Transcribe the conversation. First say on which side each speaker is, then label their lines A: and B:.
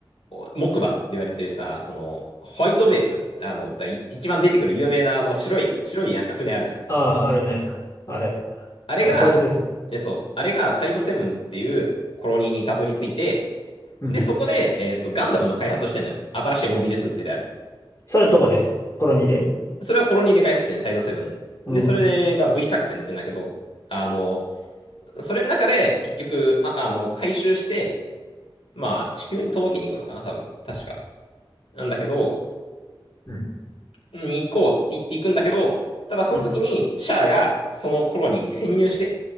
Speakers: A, on the left (about 90°); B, on the left (about 35°).
A: ー木馬って言われてるさ、その、ホワイトベース、あの、だい一番出てくる有名なあの白い、白いなんか船あるじゃん。
B: ああ、あれね。あれ。
A: あれが、
B: あれ、ホワイトベース。
A: え、そう、あれがサイドセブンっていうコロニーにたどり着いて、
B: うん。
A: で、そこで、えっと、ガンダムの開発をしてんのよ。新しいモビルスーツである。
B: それどこでコロニーで
A: それはコロニーで開発してんのサイドセブンで。
B: うん。
A: で、それが V 作戦って言うんだけど、あの、それの中で、結局、あ、あの、回収して、まあ、地球に届けに行くのかな、多分。確か。なんだけど、
B: うん。
A: に行こうって言って行くんだけど、ただその時に、
B: うん。
A: シャアが、そのコロニーに潜入して、